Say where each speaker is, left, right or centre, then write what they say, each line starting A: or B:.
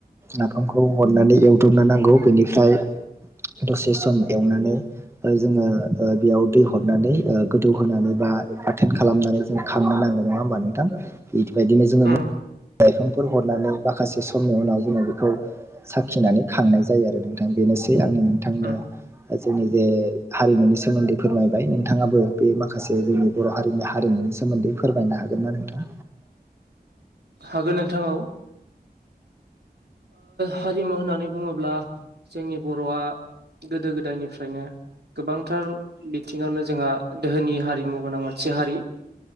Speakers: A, on the right; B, on the right.
A: नाफामखौ हरनानै एवदबनो नांगौ बेनिफ्राय दसे सम एवनानै ओ जोङो ओ बेयाव दै हरनानै ओ गोदौहोनानै बा बाथोन खालामनानै जोंङो खांङोना। नङा होनबा नोंथां? बिदिबायदिनो जोङो
B: उम
A: <inaudible> लाइफांफोर हरनानै माखासे समनि उनाव जोङो बेखौ साखिनानै खांनाय जायो आरो नोंथां बेनोसै आंनि नोंथांनो
B: उम
A: जोंनि जे हारिमुनि सोमोन्दै फोरमायबाय नोंथाङाबो बे माखासे जोंनि बर' हारिनि हारिमुनि सोमोन्दै फोरमायनो हागोन। होगोन ना नोंथां?
B: हागोन नोंथां औ। हारिमु होननानै बुङोब्ला जोंनि बर'आ गोदो गोदाय निफ्रायनो गोबांथार बिथिङावनो जोंहा दोहोनि हारिमु गोनां मोनसे हारि